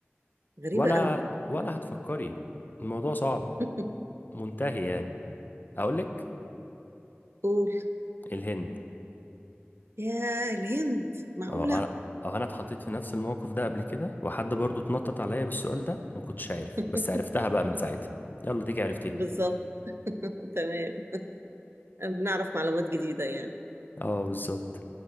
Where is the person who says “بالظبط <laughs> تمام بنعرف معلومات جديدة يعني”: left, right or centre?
Right